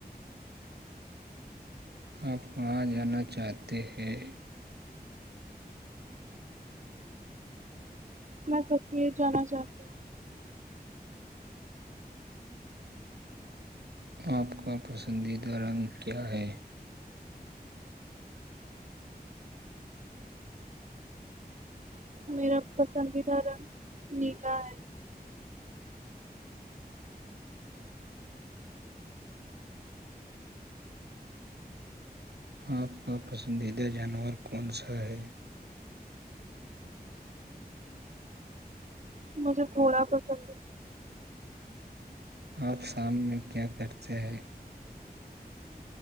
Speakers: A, on the right; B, on the right.
A: آپ کہاں جانا چاہتے ہیں
B: میں کشمیر جانا چاہتی ہوں
A: آپ کا پسندیدہ رنگ کیا ہے
B: میرا پسندیدہ رنگ نیلا ہے
A: آپ کا پسندیدہ جانور کون سا ہے
B: مجھے گھوڑا پسند ہے
A: آپ شام میں کیا کرتے ہیں